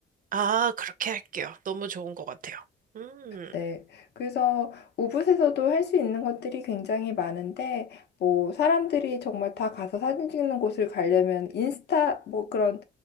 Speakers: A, on the right; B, on the left.
A: 아, 그렇게 할게요. 너무 좋은 것 같아요. 음,
B: 네. 그래서 우붓에서도 할 수 있는 것들이 굉장히 많은데, 뭐, 사람들이 정말 다 가서 사진 찍는 곳을 가려면 인스타, 뭐 그런